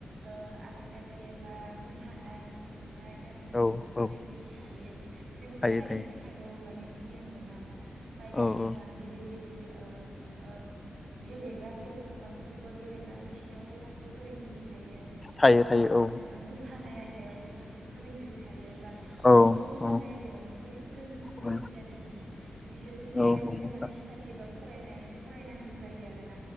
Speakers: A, on the right; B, on the left.
A: ओ आजिखालि बा मोसानाय मुसुरनाय गासैयावबोथ'
B: औ
A: फोरोंगिरि
B: औ
A: थायो जों
B: थायो
A: यैनि
B: थायो
A: थाखायल माने गियान मोनाबा बायदिसिना
B: औ औ
A: गिदिर गिदिर। यो ओ ओ। गेलेग्राफोर बा फुटबल गेलेग्रा बिसिोरनियावथ सासे फोरोंगिरि थायो
B: थायो
A: बा
B: थायो
A: ओ
B: औ
A: मोसानाय आयदा बेयावबो सासे फोरोंगिरि। थायो बा बिसोरबो
B: औ
A: मोसानाय
B: औ
A: आयदायाव मा? फोरों फोरोंगिरि
B: औ
A: जानो होनोब्ला बिसोरबो बे
B: औ नंगौ
A: बायदिनो
B: नोंथां
A: माने सिथादि बा फरायनाय फरायनांगौ जायो आरोना